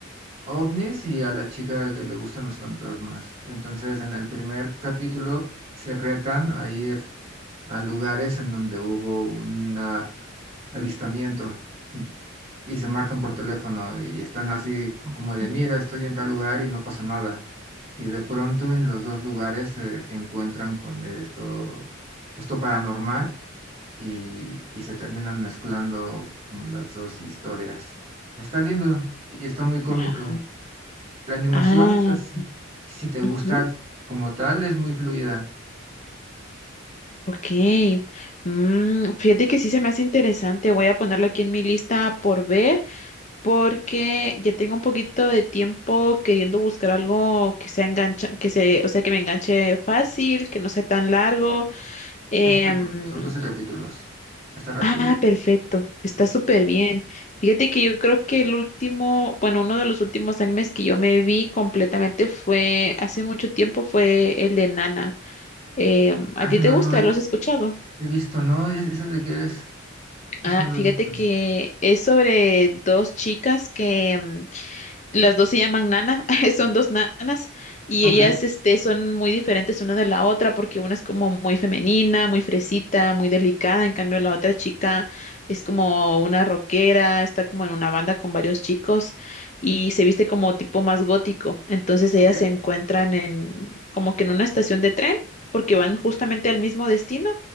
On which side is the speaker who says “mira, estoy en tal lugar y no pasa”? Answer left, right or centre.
Right